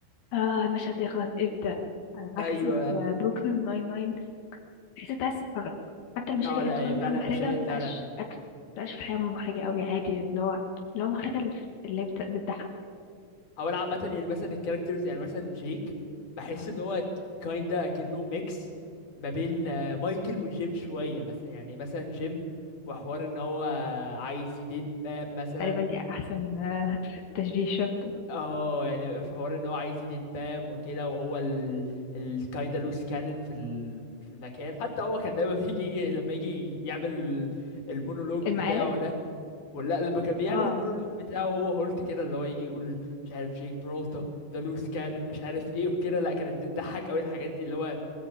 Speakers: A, on the left; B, on the left.
A: اه المشهد ده يخلص امتى على عكس
B: ايوه
A: بروكلين ناين ناين بحيث انت عايز تتفرج حتى المشاهد
B: اه
A: اللي
B: لا
A: بتكون
B: هي فعلا
A: هي محرجة
B: مشاهد
A: ما تبقاش
B: فعلا
A: أكل ما تبقاش في الحياة محرجة قوي عادي يعني اللي هو اللي هو محرجة اللي اللي بت- بتضحك
B: هو انا عامه يعني مثلا الكاركترز يعني مثلا جيك بحس ان هو كايندا اكنه ميكس ما بين آه، مايكل وجيم شويه مثلا يعني مثلا جيم وحوار ان هو عايز يديت بام مثلا
A: تقريبا دي أحسن آه، <laughs> تشبيه شفته
B: اه يعني في حوار ان هو عايز يديت بام وكده وهو ال الكايندا لوس كانن في ال- في المكان حتى هو كان دايما <laughs> يجي لما يجي يعمل ال- المونولوج
A: المقالب
B: بتاعه ده ولا لما كان بيعمل
A: اه
B: المونولوج بتاعه هو هولت كده اللي هو يجي يقول مش عارف جيك برولتا ذا لوس كانن مش عارف ايه وكده لا كانت بتضحك قوي الحاجات دي اللي هو